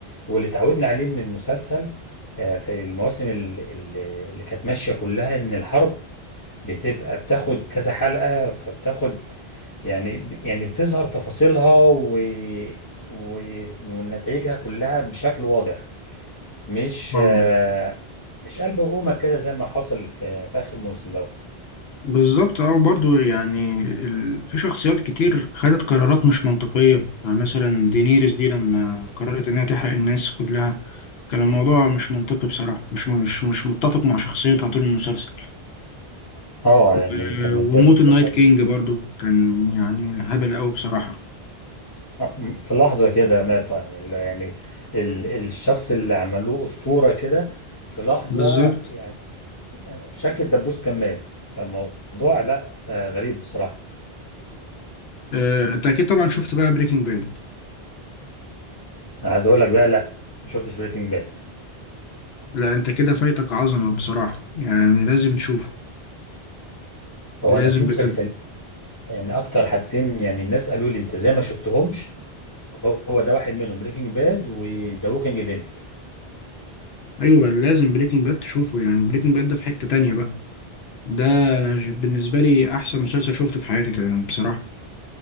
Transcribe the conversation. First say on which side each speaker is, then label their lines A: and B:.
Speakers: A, on the left; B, on the left.
A: واللي اتعودنا عليه من المسلسل آه في المواسم ال- ال- اللي كانت ماشيه كلها ان الحرب بتبقى بتاخد كذا حلقه فبتاخد يعني يعني بتظهر تفاصيلها و... و... ونتائجها كلها بشكل واضح مش
B: اه
A: آه، مش قلب وقومة كده زي ما حصل في, في آخر موسم ده
B: بالظبط اه برضه يعني ال... في شخصيات كتير خدت قرارات مش منطقية يعني مثلا دينيريس دي لما قررت إنها تحرق الناس كلها كان الموضوع مش منطقي بصراحة مش مش مش متفق مع شخصيتها طول المسلسل
A: اه
B: و-
A: يعني كانت
B: وموت
A: هي بتنفصل
B: النايت كينج برضه كان يعني هبل أوي بصراحة
A: آه، في لحظة كده مات يعني ال- يعني ال الشخص اللي عملوه أسطورة كده في لحظة
B: بالظبط
A: يعني يعني شكل الدبوس كان مات فالموضوع لا آه، غريب بصراحة
B: آه، أنت أكيد طبعا شفت بقى بريكنج باد
A: أنا عايز أقول لك بقى لا ما شفتش بريكنج باد
B: لا انت كده فايتك عظمة بصراحة يعني لازم تشوفه
A: هو
B: لازم
A: أنا في مسلسل
B: بجد
A: يعني أكتر حاجتين يعني الناس قالوا لي أنت زي ما شفتهمش هو ده واحد منهم بريكنج باد وذا ووكينج ديد
B: ايوه لازم بريكنج باد تشوفه يعني بريكنج باد ده في حتة تانية بقى ده انا ج- بالنسبة لي احسن مسلسل شوفته في حياتي تقريبا بصراحة